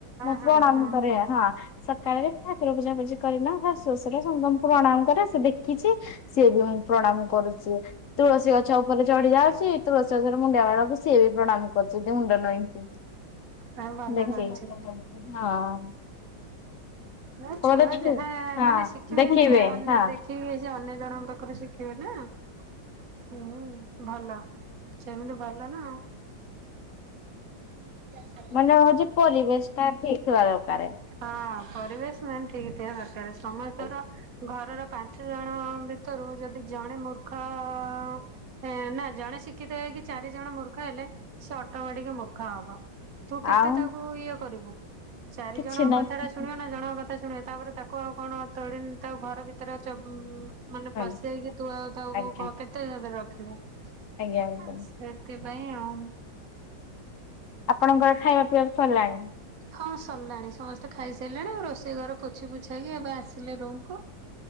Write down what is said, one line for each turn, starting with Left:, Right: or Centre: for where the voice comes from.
Left: ମ
Right: ହଁ
Left: ପ୍ରଣାମ
Right: ହଁ
Left: କରେ ହଁ। ସକାଳେ ଠାକୁର ପୂଜା ପୂଜି କରିନ ଶାଶୁ ଶଶୁର ସଙ୍ଗମକୁ ପ୍ରଣାମ କରେ ସେ ଦେଖିଛି। ସିଏ ବି ମୁଁ ପ୍ରଣାମ କରୁଛି ତୁଳସୀ ଗଛ ଉପରେ ଚଢି ଯାଉଛି ତୁଳସୀ ଗଛରେ ମାରେ କୁ ସିଏ ବି ପ୍ରଣାମ କରିଛନ୍ତି ମୁଣ୍ଡ ନଈକି।
Right: ଆଉ ଭଲ
Left: ଦେଖିଇ
Right: କରିଛି।
Left: ହଁ।
Right: ନା
Left: ତୋର
Right: ଛୁଆ
Left: ଅଛି
Right: ଯାହା
Left: ହଁ
Right: ମାନେ ଶିଖିବେ
Left: ଦେଖିବେ
Right: ସେ ଅନ୍ୟ
Left: ହଁ।
Right: ଦେଖିବେ ଯେ ଅନ୍ୟ ଜଣଙ୍କ ପାଖରେ ଶିଖେଇିବେ ନା। ହୁଁ ଭଲ ସେମିତି ଭଲ ନା ଆଉ। ହଁ
Left: ମାନେ ହଉଛି ପରିବେଶ ଟା ଠିକ ଥିବା ଦରକାରେ।
Right: ହଁ ପରିବେଶ ମାନେ ଠିକ ଥିବା ଦରକାର ସମସ୍ତର
Left: ହଁ
Right: ଘରର ପାଞ୍ଚ ଜଣ ଭିତରୁ ଯଦି ଜଣେ ମୂର୍ଖ ଅ ଏ ନା ଜଣେ ଶିକ୍ଷିତ ହେଇକ କି ଚାରି ଜଣ ମୂର୍ଖ ହେଲେ ସେ ଅଟୋମେଟିକ ମୂର୍ଖା ହବ ତୁ କେତେ
Left: ଆଉ
Right: ତାକୁ ଇଏ କରିବୁ ଚାରି
Left: କିଛି
Right: ଜଣଙ୍କ
Left: ନାହିଁ
Right: କଥା ଟା ଶୁଣିବ ନା ଜଣଙ୍କ କଥା ଶୁଣିବ ତାପରେ ତାକୁ ଆଉ କଣ ତଡି ତା ଘର ଭିତରେ ଅଛ ଉ ମାନେ
Left: ହଁ
Right: ପଶେଇକି ତୁ ଆଉ ତାକୁ
Left: ଆଜ୍ଞା
Right: କେତେ ରଖିବୁ ସେ
Left: ଆଜ୍ଞା ଆଜ୍ଞା।
Right: ସେଥିପାଇଁ ଆଉ।
Left: ଆପଣଙ୍କର ଖାଇବା ପିଇବା ସରିଲାଣି?
Right: ହଁ ସରିଲାଣି ସମସ୍ତେ ଖାଇସାରିଲେଣି ଆ ରୋଷେଇ ଘର ପୋଛି ପୋଛା କି ଏବେ ଆସିଲେ ରୁମକୁୁ